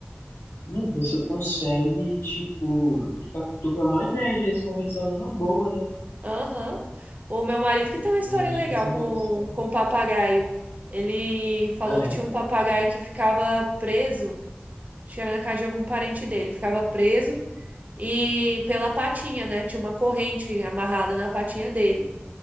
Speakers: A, on the left (about 75°); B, on the right (about 40°).
A: Não, você consegue, tipo, ficar com uma ideia às vezes conversando numa boa, né?
B: Aham. O meu marido que tem uma história
A: É, chega
B: legal
A: a ser engraçado.
B: com, com o papagaio. Ele falou
A: Ah, é?
B: que tinha um papagaio que ficava preso, acho que era na casa de algum parente dele, ficava preso e pela patinha, né? Tinha uma corrente amarrada na patinha dele.